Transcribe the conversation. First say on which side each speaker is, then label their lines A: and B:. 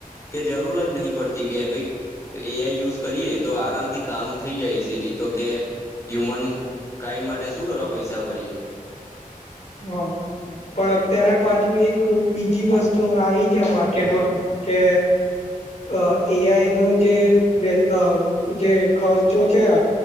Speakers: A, on the left; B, on the left.
A: કે જરૂરત નહીં પડતી કે ભાઈ એ આઈ યુઝ કરીએ તો આરામ કામ થઈ જાય ઈઝીલી તો કે હ્યુમન કાઈન્ડ માટે શું કરવા પૈસા ભરીએ
B: હા પણ અત્યારે પાછુ એક બીજી વસ્તુ આવી છે માર્કેટમાં કે અ એ આઈનું જે વેલ અ જે ખર્ચો છે આ